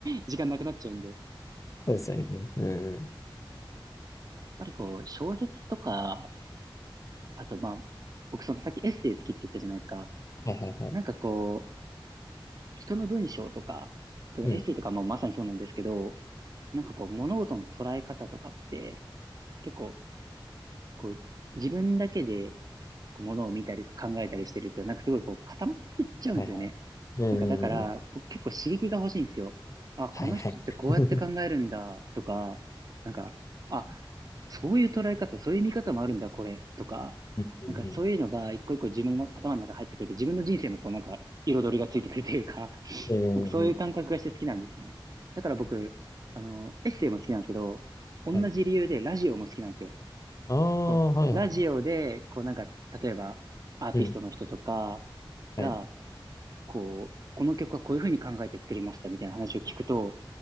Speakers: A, on the right (about 45°); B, on the left (about 35°).
A: 時間なくなっちゃうんで。
B: そうですよね。うんうん。
A: やっぱりこう、小説とか、あとまあ、僕そのさっきエッセイ好きって言ったじゃないですか。
B: はいはいはい。
A: なんかこう、人の文章とか、
B: うん。
A: エッセイとかもまさにそうなんですけど、なんかこう、物事の捉え方とかって、結構、こう、自分だけで、こう、物を見たり考えたりしてると、なんかすごいこう、固まってっちゃうんですよね。
B: はいはい。うんうんうん。
A: なんかだから、僕結構刺激が欲しいんですよ。あ、この人ってこうやって考えるんだ、
B: はいはい。<laughs>
A: とか、なんか、あ、そういう捉え方、そういう見方もあるんだ、これ、とか、
B: うんうん。
A: なんかそういうのが一個一個自分の頭の中に入ってくると、自分の人生もこうなんか彩りがついてくるというか、
B: うんうんうん。
A: なんかそういう感覚がして好きなんですよね。だから僕、あの、エッセイも好きなんですけど、同じ理由でラジオも好きなんですよ。
B: はい。ああ、
A: こう、
B: はいはい。
A: ラジオで、こうなんか、例えば、アーティストの人とか
B: うん。
A: が、
B: はい。
A: こう、この曲はこういうふうに考えて作りましたみたいな話を聞くと、